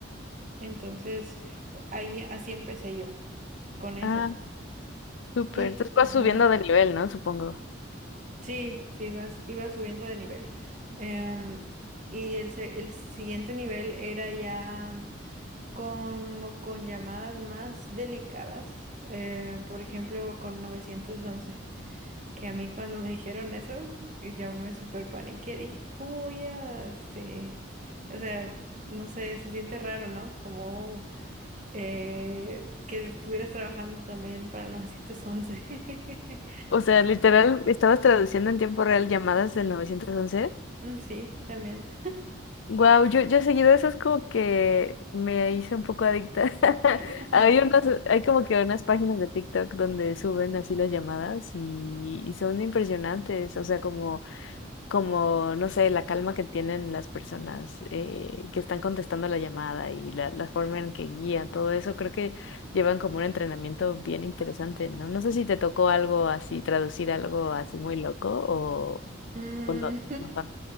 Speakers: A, on the right; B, on the left.
A: Entonces, ahí así empecé yo con eso.
B: ah, súper.
A: Y,
B: Entonces
A: ajá.
B: vas subiendo de nivel, ¿no? Supongo.
A: Sí, sí, vas, iba subiendo de nivel. Em, y el, se- el siguiente nivel era ya como con llamadas más delicadas, eh, por ejemplo, con 911 que a mí cuando me <laughs> dijeron eso, yo me super paniqué, dije, ¿cómo voy a, este, o sea, no sé, se siente raro, ¿no? Como eh, que estuvieras trabajando también para el 911. <laughs>
B: O sea, literal, estabas traduciendo en tiempo real llamadas del 911.
A: Mm, Sí, también.
B: Wow, yo, yo seguido eso es como que me hice un poco adicta. <laughs>
A: <laughs>
B: Hay unos, hay como que unas páginas de TikTok donde suben así las llamadas y, y son impresionantes. O sea, como, como, no sé, la calma que tienen las personas eh, que están contestando la llamada y la, la forma en que guían todo eso, creo que llevan como un entrenamiento bien interesante, ¿no? No sé si te tocó algo así, traducir algo así muy loco o,
A: Mm,
B: o no, ajá,